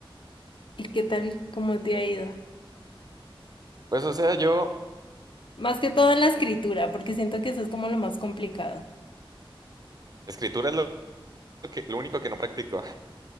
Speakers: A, on the left; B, on the right.
A: ¿Y qué tal? ¿Cómo te ha ido?
B: Pues o sea, yo,
A: Más que todo en la escritura, porque siento que eso es como lo más complicado.
B: escritura es lo, lo que, lo único que no practico. <laughs>